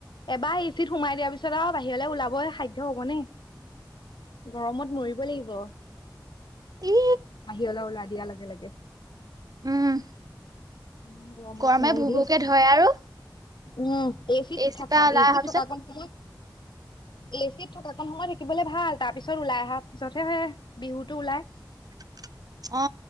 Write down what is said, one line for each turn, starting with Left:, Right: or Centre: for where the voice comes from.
Left: এবাৰ ইচিত সোমাই দিয়াৰ পিছত আও বাহিৰলৈ ওলাবই সাধ্য হ'বনে গৰমত মৰিব লাগিব।
Right: ই
Left: বহিৰলে ওলাই দিয়া লগে লগে।
Right: উম।
Left: ইমান গৰমত
Right: গৰমে
Left: নোৱাৰি
Right: ভু
Left: দেই
Right: ভোকে ধৰে আৰু।
Left: উম এচিত
Right: এচি
Left: থাক
Right: পৰা ওলাই
Left: এচিত
Right: অহাৰ পিছত
Left: থকা কণ সময় এ চিত থকা কন সময় থাকিবলৈ ভাল তাৰপিছত ওলাই আহা পিছতহে হয় বিহুটো ওলাই।
Right: <inaudible> অ